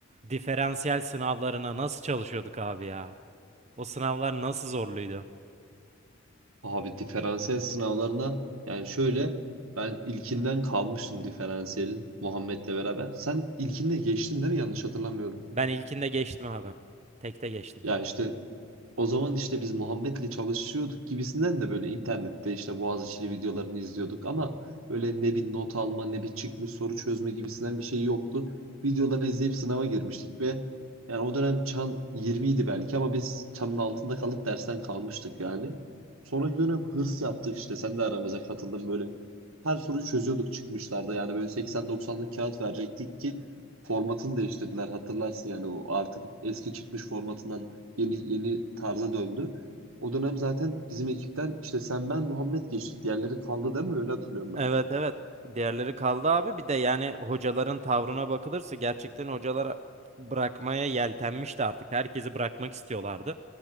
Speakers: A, on the right; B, on the right.
A: Diferansiyel sınavlarına nasıl çalışıyorduk abi ya? O sınavlar nasıl zorluydu?
B: Abi diferansiyel sınavlarına yani şöyle ben ilkinden kalmıştım diferansiyelin Muhammed'le beraber. Sen ilkinde geçtin değil mi? Yanlış hatırlamıyorum.
A: Ben ilkinde geçtim abi. Tekte geçtim.
B: Ya işte o zaman işte biz Muhammed'le çalışıyorduk gibisinden de böyle internette işte Boğaziçi'li videolarını izliyorduk ama böyle ne bir not alma ne bir çıkmış soru çözme gibisinden bir şey yoktu. Videoları izleyip sınava girmiştik ve yani o dönem çan 20 idi belki ama biz çanın altında kalıp dersten kalmıştık yani. Sonraki dönem hırs yaptık işte sen de aramıza katıldın böyle. Her soruyu çözüyorduk çıkmışlarda yani böyle 80-90'lık kağıt verecektik ki formatını değiştirdiler hatırlarsın yani o artık eski çıkmış formatından Yeni yeni tarza döndü. O dönem zaten bizim ekipten işte sen ben Muhammed geçtik. Diğerleri kaldı değil mi? Öyle hatırlıyorum ben.
A: Evet evet. Diğerleri kaldı abi. Bir de yani hocaların tavrına bakılırsa gerçekten hocalar bırakmaya yeltenmişti artık. Herkesi bırakmak istiyorlardı.